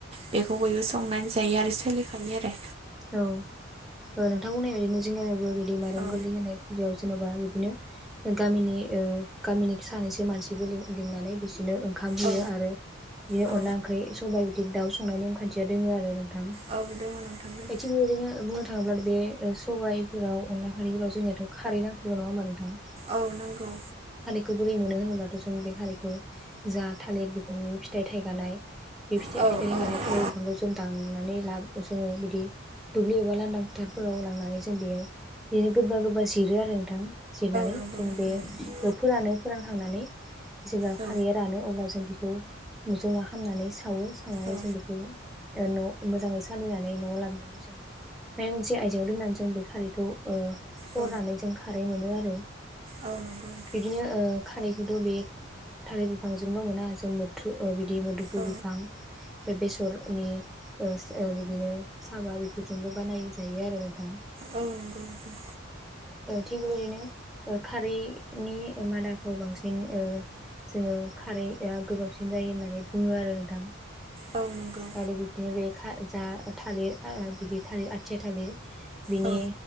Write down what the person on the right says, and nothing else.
बेखौ बयबो संनानै जायो आरो सोलिखायो आरो
औ
औ
औ
औ दङ नोंथां दङ
औ नोंगौ।
औ
औ
नंगौ
नोंथां
नंगौ
औ
औ
औ
औ नंगौ नोंथां
औ
औ नंगौ नोंथां
औ नंगौ औ नंगौ नोंथां नंगौ
औ